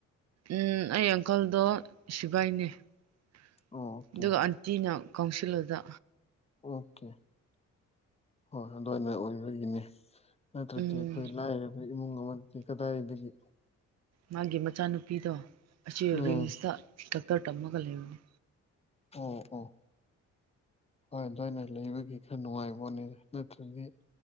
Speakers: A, on the right (about 60°); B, on the left (about 20°).
A: ꯎ ꯑꯩ ꯑꯪꯀꯜꯗꯣ ꯁꯤꯕꯥꯏꯅꯦ ꯑꯗꯨꯒ
B: ꯑꯣꯀꯦ
A: ꯑꯪ ꯇꯤꯅ ꯀꯥꯎꯟꯁꯤꯜ ꯑꯗꯨꯗ
B: ꯑꯣꯀꯦ ꯍꯣꯏ ꯑꯗꯨꯏꯅ ꯑꯣꯏꯕꯒꯤꯅꯤ ꯅꯠꯇ꯭ꯔꯗꯤ
A: ꯎꯝ
B: ꯑꯩꯈꯣꯏ ꯂꯥꯏꯔꯕ ꯏꯃꯨꯡ ꯑꯃꯗꯗꯤ ꯀꯗꯥꯏꯗꯒꯤ
A: ꯃꯥꯒꯤ ꯃꯆꯥꯅꯨꯄꯤꯗꯣ ꯑꯁꯤ
B: ꯎꯝ
A: ꯔꯤꯝꯁꯇ ꯗꯥꯛꯇꯔ ꯇꯝꯃꯒ ꯂꯩꯕꯅꯦ
B: ꯑꯣ ꯑꯣ ꯍꯣꯏ ꯑꯗꯨꯋꯥꯏꯅ ꯂꯩꯕꯒꯤ ꯈꯔ ꯅꯨꯡꯉꯥꯏꯕꯅꯦ ꯅꯠꯇ꯭ꯔꯗꯤ